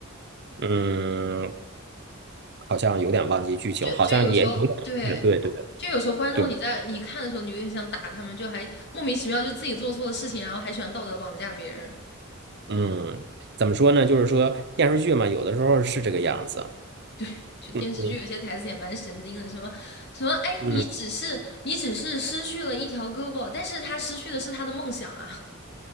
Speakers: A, on the right; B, on the left.
A: 嗯，好像有点忘记剧情，
B: 就就有时候对，
A: 好像也有点是，对对
B: 就有时候观众你在你看的时候，
A: 对，
B: 你有点想打他们，就还莫名其妙就自己做错了事情，然后还喜欢道德绑架别人。
A: 嗯，怎么说呢？就是说电视剧嘛，有的时候是这个样子。
B: 对，就电视剧有些台词也蛮神经的，
A: 嗯
B: 什么什么，哎，
A: 嗯。
B: 你只是你只是失去了一条胳膊，但是他失去的是他的梦想啊，